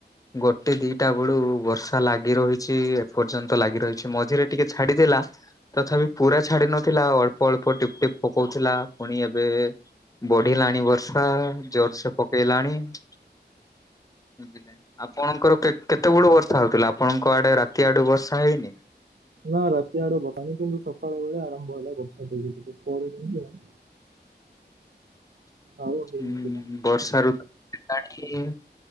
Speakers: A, on the left; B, on the right.
A: ଗୋଟେ ଦିଟା ବେଳୁ ବର୍ଷା ଲାଗି ରହି ଛି, ଏପର୍ଯ୍ୟନ୍ତ ଲାଗି ରହିଛି ମଝିରେ ଟିକେ ଛାଡିଥିଲା। ତଥାପି ପୁରା ଛାଡି ନଥିଲା ଅଳ୍ପ ଅଳ୍ପ ଟିପ୍ ଟିପ୍ ପକଉଥିଲା। ପୁଣି ଏବେ ବଢ଼ିଲାଣି ବର୍ଷା ଜୋରସରେ ପକେଇଲାଣି। ବୁଝିଲେ ଆପଣଙ୍କର କେତେବେଳୁ ବର୍ଷା ହଉଥିଲା ଆପଣଙ୍କ ଆଡ଼େ ରାତି ଆଡ଼ୁ ବର୍ଷା ହେଇନି?
B: ନା ରାତି ଆଡ଼େ <unintelligible> କିନ୍ତୁ ସକାଳ ବେଳେ ଆରମ୍ଭ ହେଲା ବର୍ଷା ଧୀରେ ଧୀରେ <unintelligible>
A: <inaudible>
B: ଆଉ ହେଇନଥିଲା
A: ହୁଁ ବର୍ଷା ଋତୁ ହେଲାଣି।